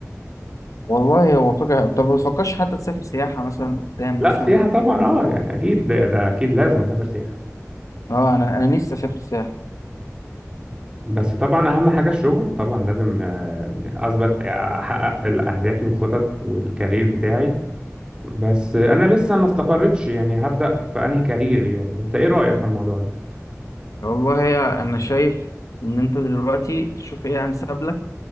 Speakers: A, on the left; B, on the right.
A: والله هو فكره طب ما بتفكرش حتى تسافر سياحه مثلا قدام
B: لا
A: مثلا
B: سياحه طبعا اه يعني اكيد ده, ده اكيد لازم اسافر سياحه
A: اه انا انا نفسي اسافر سياحه
B: بس طبعا اهم حاجه الشغل طبعا لازم آه، اثبت احقق اهدافي وخطط والكارير بتاعي بس انا لسه ما استقرتش يعني هبدأ في انهي كارير يعني انت ايه رأيك في الموضوع ده
A: والله يا انا شايف ان انت دلوقتي تشوف ايه انسب لك